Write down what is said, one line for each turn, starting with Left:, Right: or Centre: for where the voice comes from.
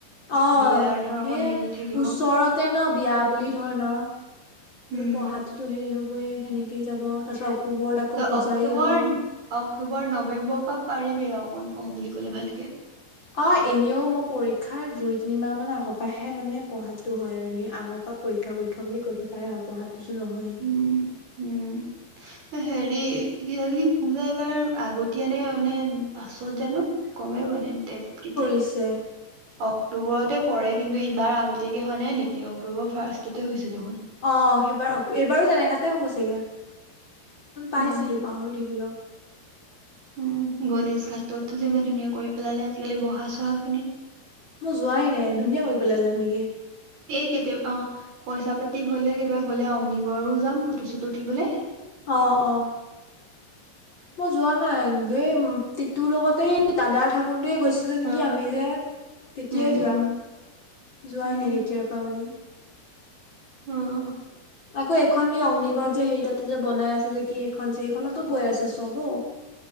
Left: অঁ,
Right: বিয়াৰ ধৰ অকণ
Left: সেয়াই
Right: হেৰি থাকিব
Left: ওচৰত ন বিয়া বুলি ধৰ ন,
Right: উম
Left: পঢ়াতটোতো হেৰি হ'বয়ে সেনেকে যাব তাৰ পাছত অক্টোবৰত আকৌ
Right: তই
Left: পূজাই
Right: অক্টোবৰ
Left: হওক
Right: অক্টোবৰ, নৱেম্বৰৰ পৰা পাৰিবি আৰু অকণ পঢ়ো বুলি কলে ভালকে।
Left: অ, এনেও মই পৰীক্ষাৰ দুই-তিনি মাহমান আগৰ পৰাহে মানে পঢ়াতো হয় আৰু আগ বা পৰীক্ষা-পৰীক্ষা বুলি কৈ থকাই পঢ়াটো নহয়।
Right: উম, উম। হেৰি কি কি পূজা এইবাৰ আগতীয়ানে মানে পাছত জানো গমেই মানে ডেট কেতিয়া
Left: পিছে
Right: অক্টোবৰতে পৰে কিন্তু ইবাৰ আগতীয়াকে হোৱা নাই নেকি অক্টোবৰ ফাৰ্ষ্টতে হৈ হৈছে দেখোন।
Left: অ, সেইবাৰ এইবাৰো তেনেককাতে হ'ব চাগে, পাইছিলো
Right: উম
Left: পাহৰি থাকিলো।
Right: উম, গণেশ ঘাটতো যে ইমান ধুনীয়া কৰি পেলালে আজিকালি বহা-চহা খিনি।
Left: মই যোৱাই নাই, ধুনীয়া কৰি পেলালে নেকি?
Right: এই কেতিয়া অ, পইচা পাতি হলে কেতিয়াবা গ'লে অগ্নিগড়ও যাম ফটো-চটো উঠিবলৈ।
Left: অ, অ। মই যোৱা নাই এই তিতুৰ লগতে দাদা থাকোতেই গৈছ ছিলো নেকি
Right: অ
Left: আমি যে তেতিয়াই
Right: উম
Left: যোৱা
Right: উম
Left: যোৱাই
Right: উম
Left: নাই তেতিয়াৰ পৰা বুলি।
Right: উম।
Left: আকৌ এখন কি অগ্নিগড় যে সেই তাতে যে বনাই আছে যে কি সেইখন যে সেইখনত বৈ আছে চবো